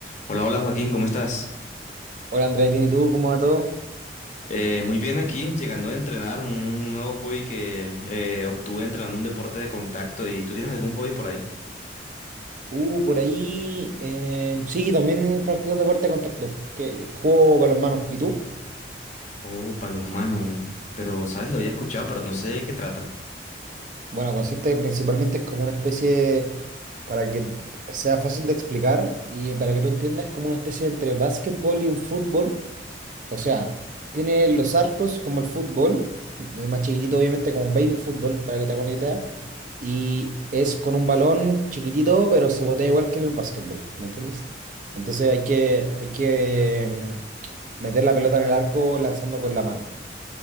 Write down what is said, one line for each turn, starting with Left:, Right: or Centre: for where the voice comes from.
Left: Hola, hola Joaquín, ¿cómo estás?
Right: Hola Andrés, bien, ¿y tú? ¿Cómo va todo?
Left: Eh, muy bien aquí, llegando a entrenar un nuevo hobby que eh, obtuve entrenando un deporte de contacto. ¿Y tú tienes algún hobby por ahí?
Right: Uh, por ahí, eh, sí, también practico deporte de contacto, que yo juego balonmano. ¿Y tú?
Left: Oh, palomano. Pero, ¿sabes? Lo había escuchado, pero no sé de qué trata.
Right: Bueno, consiste principalmente es como una especie, para que sea fácil de explicar y para que tú entiendas, como una especie entre básquetbol y un fútbol, O sea, tiene los arcos como el fútbol, m- más chiquitito obviamente como un baby fútbol, para que te hagas una idea. Y es con un balón chiquitito, pero se botea igual que en el básquetbol, ¿me entiendes? Entonces hay que, hay que mm, meter la pelota en el arco lanzando con la mano.